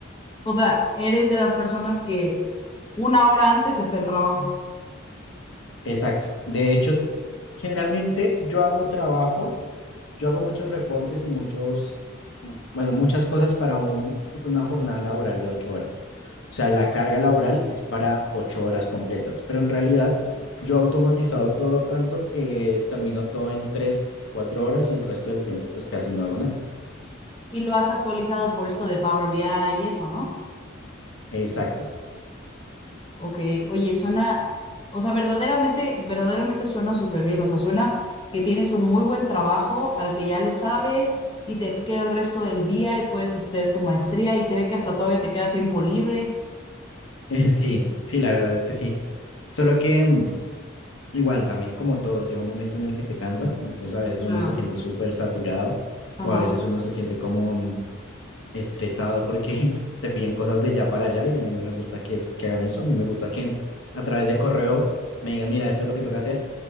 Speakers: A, on the left (about 25°); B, on the left (about 70°).
A: O sea, eres de las personas que una hora antes está el trabajo
B: Exacto. De hecho, generalmente yo hago trabajo, yo hago muchos reportes y muchos, mm, bueno, muchas cosas para un- una jornada laboral de ocho horas. O sea, la carga laboral es para ocho horas completas, pero en realidad yo he automatizado todo tanto que termino todo en tres, cuatro horas y el resto del tiempo pues casi no hago nada.
A: y lo has actualizado por esto de Power BI y eso, ¿no?
B: Exacto.
A: Ok, oye, suena, o sea, verdaderamente, verdaderamente suena súper bien, o sea, suena que tienes un muy buen trabajo al que ya le sabes y te queda el resto del día y puedes estudiar tu maestría y se ve que hasta todavía te queda tiempo libre.
B: <laughs> Sí, sí, la verdad es que sí. Solo que... mm, Igual, también como todo, llega un momento en el que te cansas, entonces a veces uno
A: Claro.
B: se siente súper saturado
A: Ajá,
B: o a veces uno se siente como mm, estresado porque <laughs> te piden cosas de ya para allá y a mí no me gusta que, es, que hagan eso, a mí me gusta que a través de correo me digan, mira, esto es lo que toca hacer